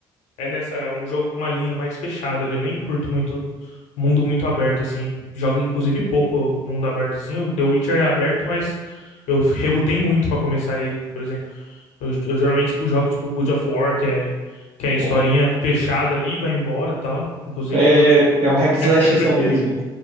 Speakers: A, on the left; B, on the right.
A: é nessa, é um jogo com uma linha mais fechada ali. Eu nem curto muito mundo muito aberto, assim. Jogo, inclusive, pouco mundo aberto, assim. O The Witcher é aberto, mas eu <laughs> relutei muito pra começar ele, por exemplo. Eu, eu geralmente, tipo, jogo, tipo, God of War, que é, que é a historinha
B: Pô,
A: fechada ali, vai embora e tal. Inclusive,
B: É,
A: God of War, é
B: é um hack slashzão
A: minha série preferida.
B: mesmo.